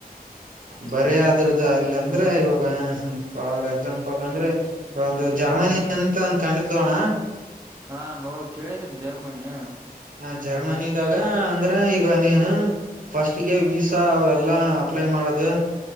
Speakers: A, on the right; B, on the right.
A: ಬರೇ ಅ ಆದ್ರದ್ದ ಅಲ್ಲಿ ಅಂದ್ರೆ ಇವಾಗ ಫಾರ್ ಎಕ್ಸಾಂಪಲ್ ಅಂದ್ರೆ ಒಂದು ಜರ್ಮನಿ ಅಂತ ಒಂದ ಕಂಟ್ರಿ ತಗೋಣ
B: ಹಾ ನೋಡ್ ಕೇಳಿದೀನಿ ಜರ್ಮನಿ
A: ಹ ಜರ್ಮನಿದಾಗ ಅಂದ್ರ ಈಗ ನೀನು ಫಸ್ಟ್ಗೆ ವೀಸಾ ಅವ ಎಲ್ಲಾ ಅಪ್ಲೈ ಮಾಡದು